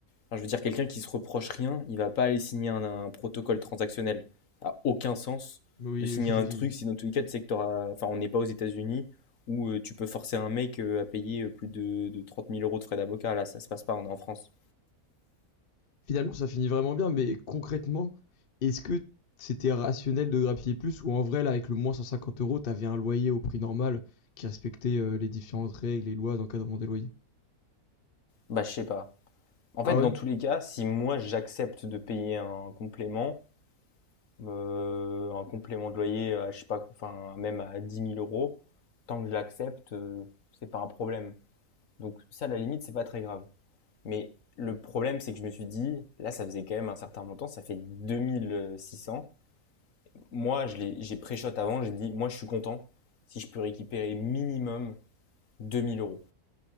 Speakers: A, on the left; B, on the left.
A: enfin, je veux dire, quelqu'un qui se reproche rien, il va pas aller signer un, un protocole transactionnel. Ça a aucun sens
B: Oui,
A: de signer
B: oui,
A: un
B: oui.
A: truc si dans tous les cas, tu sais que t'auras- enfin, on n'est pas aux États-Unis où euh, tu peux forcer un mec euh, à payer euh, plus de, de 30 000 euros de frais d'avocat. Là, ça se passe pas, on est en France.
B: Finalement, ça finit vraiment bien, mais concrètement, est-ce que c'était rationnel de grappiller plus ou en vrai, là, avec le moins 150 €, tu avais un loyer au prix normal qui respectait, heu, les différentes règles et lois d'encadrement des loyers?
A: Bah, je sais pas. En
B: Ah
A: fait, dans
B: ouais?
A: tous les cas, si moi j'accepte de payer un complément, Euh, un complément de loyer à, je sais pas, enfin, même à dix mille euros, tant que je l'accepte, euh, c'est pas un problème. Donc ça, à la limite, c'est pas très grave. Mais le problème, c'est que je me suis dit, là, ça faisait quand même un certain montant, ça fait 2600. Moi, je l'ai- j'ai pré-shot avant, j'ai dit, moi, je suis content si je peux récupérer minimum 2000 euros.